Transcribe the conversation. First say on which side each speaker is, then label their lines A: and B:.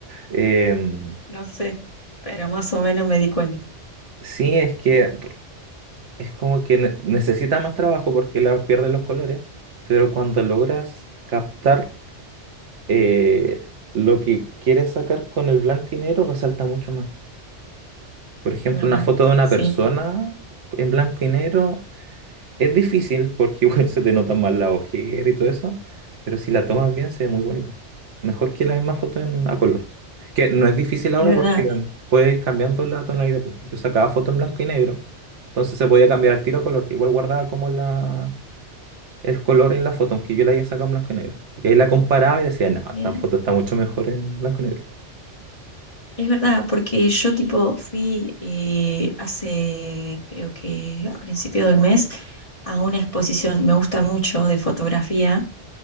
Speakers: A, on the right; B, on the left.
A: Em,
B: No sé, pero más o menos me di cuenta.
A: sí, es que es como que ne- necesita más trabajo porque la pierden los colores, pero cuando logras captar eh, lo que quieres sacar con el blanco y negro, resalta mucho más. Por ejemplo,
B: Es verdad,
A: una foto de una
B: sí,
A: persona en blanco y negro Es difícil porque igual <laughs> se te notan más la ojera y todo eso, pero si la tomas bien se ve muy bonita. Mejor que la misma foto en, a color. Que no es difícil ahora
B: es verdad.
A: porque em, puedes ir cambiando la tonalidad. pues. Yo sacaba foto en blanco y negro, entonces se podía cambiar al tiro a color. Igual guardaba como la, el color en la foto, aunque yo la haya sacado en blanco y negro. Y ahí la comparaba y decía, no, esta
B: Eh,
A: foto está mucho mejor en blanco y negro.
B: es verdad, porque yo tipo fui eh, hace, creo que a principio del mes, a una exposición, me gusta mucho de fotografía